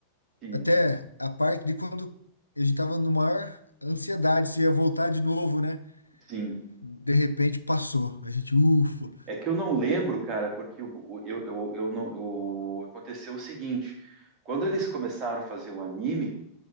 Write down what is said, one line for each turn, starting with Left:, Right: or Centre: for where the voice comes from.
Right: Sim,
Left: até a parte de quando a gente tava no maior ansiedade se ia voltar de novo, né?
Right: sim.
Left: De repente passou. A gente, ufa.
Right: É que eu não lembro, cara, porque eu, eu, eu, eu não. eu- aconteceu o seguinte: quando eles começaram a fazer o anime,